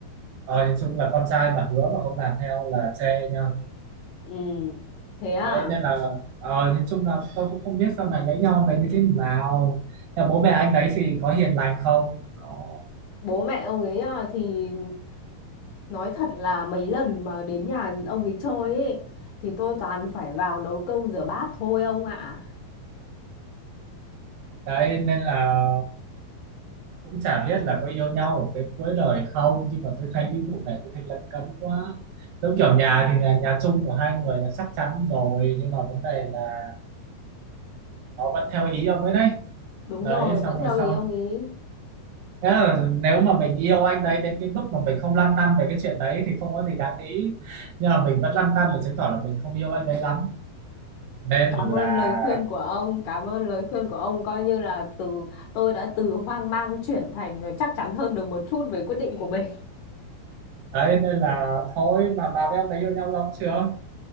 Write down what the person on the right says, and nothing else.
ờ nhìn chung là con trai mà hứa mà không làm theo là chê nha
đấy nên là ờ nhìn chung là tôi cũng không biết sau này lấy nhau về như thế nào nhà bố mẹ anh đấy thì có hiền lành không có
đấy nên là cũng chả biết là có yêu nhau ở đến cuối đời không nhưng mà tôi thấy cái vụ này tôi thấy lấn cấn quá giống kiểu nhà thì nhà, nhà chung của hai người là chắc chắn rồi nhưng mà vấn đề là nó vẫn theo ý ông ấy đấy
đấy
xong rồi
sau
Thế là nếu mà mình yêu anh đấy đến cái mức mà mình không lăn tăn về cái chuyện đấy thì không có gì đáng nghĩ nhưng mà mình vẫn lăn tăn là chứng tỏ là mình không yêu anh đấy lắm nên
là
đấy nên là thôi mà bà với ông đấy yêu nhau lâu chưa